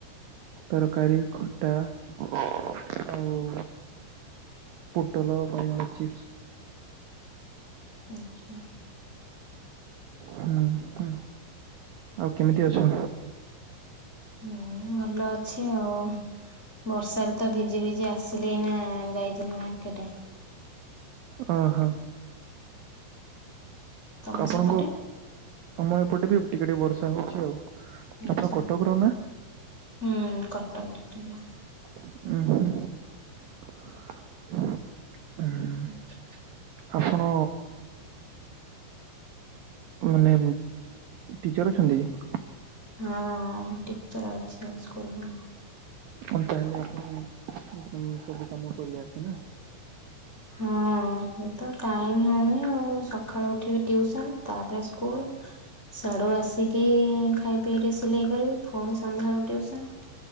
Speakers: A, on the right; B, on the left.
A: ତରକାରୀ ଖଟା <inaudible> ଆଉ ପୋଟଲ ବାଇଗଣ ଚିପ୍ସ।
B: ଆଛା।
A: ହୁଁ ହୁଁ ଆଉ କେମିତି ଅଛ?
B: ହୁଁ ଭଲ ଅଛି ଆଉ ବର୍ଷାରେ ତ ଭିଜି ଭିଜି ଆସିଲି ଏଇନା ଯାଇଥିଲି ମାର୍କେଟ।
A: ଓହୋ
B: ତମ
A: ଆପଣଙ୍କୁ
B: ସେପଟେ
A: ଆମ ଏପଟେ ବି ଟିକେ ଟିକେ ବର୍ଷା ହଉଛି ଆଉ।
B: ଆଛା
A: ଆପଣ କଟକର ନା
B: ହୁଁ କଟ। <unintelligible>
A: ଉଁ ହୁଁ ହଁ।
B: ଆ୍ <inaudible>
A: ଆପଣ ମାନେ ଟିଚର ଅଛନ୍ତି କି?
B: ହଁ ମୁ ଟିଚର ଅଛି ଆମ ସ୍କୁଲରେ।
A: ହ ତାହେଲେ ଆପଣ ସବୁ କାମ ସବୁ କାମ କରିଆସେ ନା?
B: ହଁ ମୋର ତ ଟାଇମ ହଉନି ଆଉ ସକାଳୁ ଉଠିବି ଟିଉସନ ତାପରେ ସ୍କୁଲ ସ୍ୟାଡୁ ଆସିକି ଖାଇ ପିଇକି ସିଲେଇ କରିବି ପୁଣି ସନ୍ଧ୍ୟାବେଳୁକୁ ଟିଉସନ।